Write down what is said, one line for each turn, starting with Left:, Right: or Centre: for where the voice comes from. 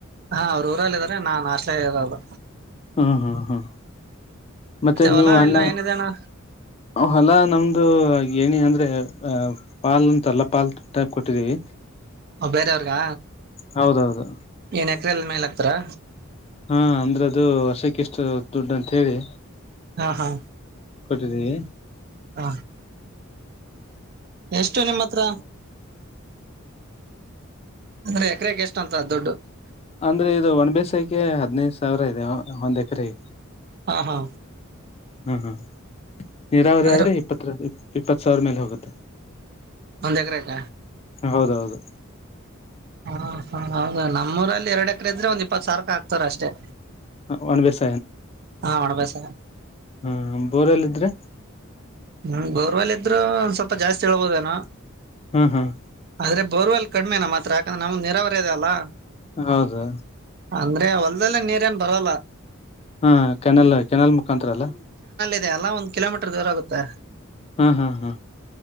Right: ಹಾ ಅವ್ರು ಊರಲ್ಲಿ ಇದಾರೆ ನಾನ್ ಆಸ್ಟಾಲಾಗಿ ಇಾರೋದು
Left: ಹ ಹ ಹ ಮತ್ತೆ
Right: ಹೊಲ
Left: ನೀವು ಅನ್ನ
Right: ಇಲ್ಲ ಏನಿದೆ ಅಣ್ಣ
Left: ಹೊಲಾ ನಮ್ದು ಏನಿ ಅಂದ್ರೆ ಅ ಅ ಪಾಲ್ ಅಂತಲ್ಲ ಪಾಲ್ ಟೈಪ್ ಕೊಟ್ಟಿದ್ದೀವಿ
Right: ಬೇರೆ ಅವರಿಗೆ
Left: ಹೌದೌದು
Right: ಇನ ಎಕ್ರೆಲ್ ಮೇಲ್ ಆಗ್ತಾರಾ
Left: ಹಾ ಅಂದ್ರೆ ಅದು ವರ್ಷಕ್ಕೆ ಎಷ್ಟು ದುಡ್ಡ ಅಂತ ಹೇಳಿ
Right: ಹಾ ಹಾ
Left: ಕೊಟ್ಟಿದ್ದೀವೀ
Right: ಹ ಎಷ್ಟು ನಿಮ್ಮ ಹತ್ರ ಅಂದ್ರೆ ಎಕರೆಗೆ ಎಷ್ಟಂತ ದೊಡ್ಡು
Left: ಅಂದ್ರೆ ಇದು ಒಣ್ ಬೇಸಾಯಕೆ ಹದ್ನೈದು ಸಾವಿರ ಇದೆ ಒಂದ್ ಎಕರೆ
Right: ಹಾ ಹಾ
Left: ಹ್ಮ ಹಾ ನೀರಾವರಿ
Right: ಅಂದ್ರೆ
Left: ಆದ್ರೆ ಇಪ್ಪತ್ರರ ಇಪ್ಪತ್ತು ಸಾವಿರ ಮೇಲೆ ಹೋಗುತ್ತೆ
Right: ಒಂದ್ ಎಕರೆಕ್ಕ
Left: ಹೌದೌದು
Right: ಹಾ ಹ ಹೌದ ನಮ್ಮೂರಲ್ಲಿ ಎರಡ್ ಎಕರೆ ಇದ್ರೆ ಒಂದ್ ಇಪ್ಪತ್ ಸಾವಿಕ ಆಗ್ತಾರ ಅಷ್ಟೇ
Left: ಹ ಒನ್ ವಷ
Right: ಹಾ ಒಡ ಬಸ
Left: ಹಾ ಬೋರೆಲ್ಲ ಅ್ರೆ
Right: ಹ್ಮ ಗೌರ್ವಲ್ ಇದ್ರು ಒಂದ್ ಸ್ವಲ್ಪ ಜಾಸ್ತಿ ಹೇಳ್ಬೋದೇನ
Left: ಹ್ಮ್ ಹ್ಮ್
Right: ಆದ್ರೆ ಬರ್ವೆಲ್ ಕಡಿಮೆ ನಮ್ಮ ಹತ್ರ ಯಾಕಂದ್ರೆ ನಮ್ ನರಾವರಿ ಇ ಅದೆ ಅಲ್ಲ
Left: ಹೌದು
Right: ಅಂದ್ರೆ ಹೊಲ್ದೆಲ್ಲ ನೀರ ಏನ್ ಬರಲ್ಲ
Left: ಹಾ ಕೆನಲ್ ಕೆನಲ್ ಮುಖಾಂತರ ಅಲ್ಲ
Right: ಎಲ್ಲಾ ಕಿಲೋಮೀಟರ್ ದೂರ ಆಗುತ್ತೆ
Left: ಹ್ಮ ಹಾ ಹಾ